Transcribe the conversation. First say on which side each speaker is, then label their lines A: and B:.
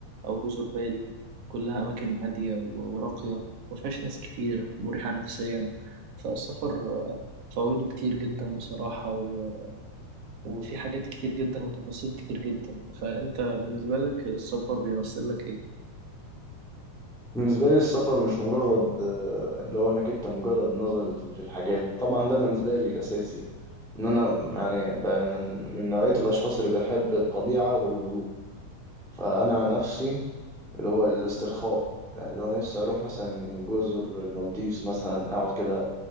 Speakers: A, on the right; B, in the centre.
A: أو جزر بالي كلها أماكن هادية و- وراقية مفيهاش ناس كتير مريحة نفسيا فالسفر آه، فوائده كتير جدا بصراحة و... وفي حاجات كتير جدا وتفاصيل كتير جدا فأنت بالنسبة لك السفر بيمثل لك إيه؟
B: بالنسبة لي السفر مش مجرد آه، اللي هو انك انت مجرد نظر للحاجات طبعا ده بالنسبة لي الأساسي ان انا يعني بقى من من نوعية الأشخاص اللي بيحب الطبيعة والهدوء فأنا عن نفسي اللي هو الاسترخاء يعني اللي هو نفسي أروح مثلا جزر المالديفز مثلا أقعد كده